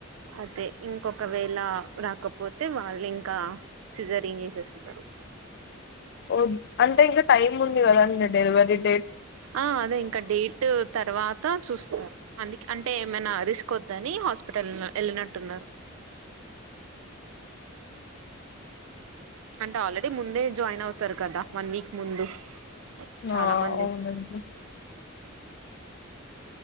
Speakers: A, on the right; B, on the left.
A: అతే ఇంకొకవేళ రాకపోతే వాళ్ళు ఇంకా సిజరింగ్ చేసేస్తారు
B: ఓ అంటే ఇంకా టైం ఉంది కదండి డెలివరీకి
A: ఆ అదే ఇంకా డేట్ తరువాత చూస్తారు అందికే అంటే ఏమైనా రిస్కోద్దని హాస్పిటల్ ఎళ్ళినట్టున్నరు అంటే ఆల్రెడీ ముందే జాయిన్ అవుతారు కదా వన్ వీక్ ముందు చాలా
B: ఆ
A: మంది
B: అవునండి